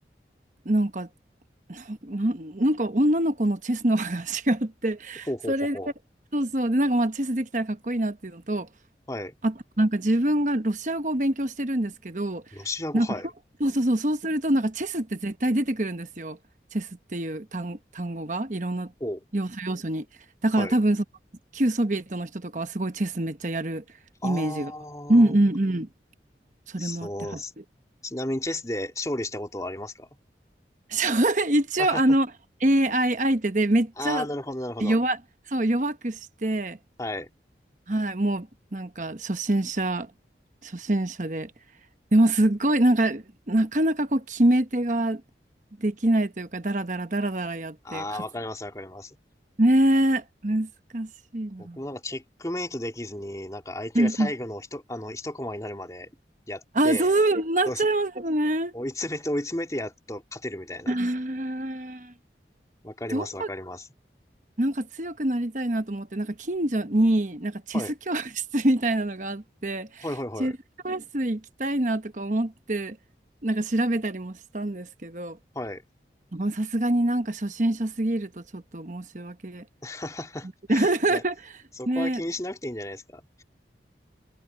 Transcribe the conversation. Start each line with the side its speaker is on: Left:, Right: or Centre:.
Right: なんかな、なんか女の子のチェスの話があって、
Left: ほうほうほうほ
Right: それで、そうそう、で、なんかまあチェスできたらかっこいいなっていうのと、
Left: う。はい。
Right: あとなんか自分がロシア語を勉強してるんですけど、
Left: ロシア語、
Right: なんかそうそうそうそう、
Left: はい。
Right: そうするとなんかチェスって絶対出てくるんですよ。チェスっていう単、単語がいろんな要素要素に。
Left: ほう。
Right: だから多分その旧ソビエトの人とかはすごいチェスめっちゃやるイメージが。
Left: はい。あ
Right: うんうんうん。
Left: ー、
Right: それもあって、
Left: そうっす。
Right: はい。
Left: ちなみにチェスで勝利したことはありますか
Right: そう、一応、
Left: <laughs>
Right: あの、AI 相手でめっちゃ
Left: あー、なるほど、なるほど。
Right: 弱、そう、弱くして、
Left: はい。
Right: はい、もう、なんか、初心者、初心者で、でも、すっごい、なんか、なかなかこう、決め手ができないというか、だらだらだらだらやって、
Left: あー、
Right: 勝つ、
Left: わかります、わかります。
Right: ねえ、難しいな。
Left: 僕もなんかチェックメイトできずに、なんか相手が最後の一、
Right: うんうん。
Left: あの、一コマになるまでやって、
Right: あ、そう、なっちゃいますよね。
Left: どうし追い詰めて追い詰めてやっと勝てるみたいな。
Right: <laughs> あー
Left: わかります、
Right: どこ
Left: わかります。
Right: なんか強くなりたいなと思って、なんか近所になんかチェス教室みたいなのがあって、
Left: はい。はい、はい、はい。
Right: チェス教室行きたいなとか思って、なんか調べたりもしたんですけど、
Left: はい。
Right: まあさすがになんか初心者すぎるとちょっと申し訳。
Left: <laughs>
Right: <laughs>
Left: いや、そこは気にしなくていいんじゃないですか。
Right: ね。